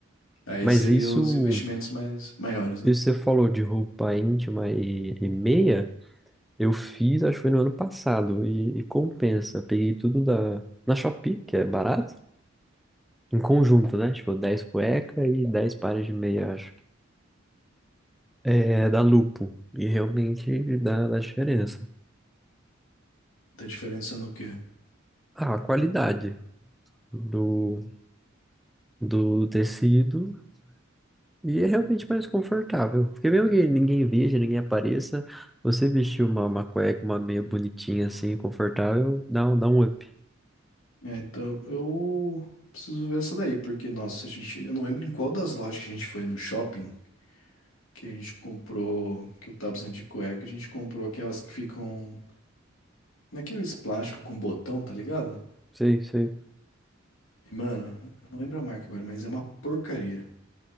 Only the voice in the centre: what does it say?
Mas
isso.
E você falou de roupa íntima e, e meia, eu fiz, acho que foi no ano passado, e, e compensa. Peguei tudo da, na Shopee, que é barato, em conjunto, né? Tipo, 10 cueca e 10 pares de meia, acho. É da Lupo, e realmente dá, dá diferença.
Ah, a qualidade do, do tecido, e é realmente mais confortável. Porque mesmo que ninguém veja, ninguém apareça, você vestir uma, uma cueca, uma meia bonitinha assim, confortável, dá, um, dá um up.
Sei, sei.